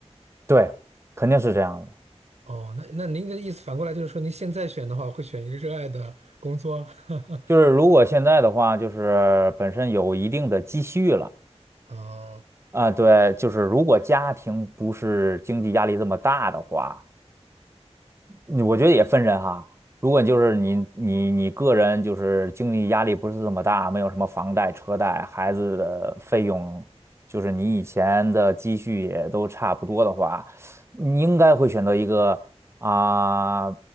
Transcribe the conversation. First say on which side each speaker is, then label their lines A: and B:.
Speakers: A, on the right (about 25°); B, on the right (about 70°).
A: 对，肯定是这样的。
B: 哦，那那您的意思反过来就是说，您现在选的话，会选一个热爱的工作？<laughs>
A: 就是如果现在的话，就是本身有一定的积蓄了。
B: 哦，
A: 啊，对，就是如果家庭不是经济压力这么大的话，嗯我觉得也分人哈。如果就是你你你个人就是经济压力不是这么大，没有什么房贷、车贷、孩子的费用，就是你以前的积蓄也都差不多的话，你应该会选择一个啊、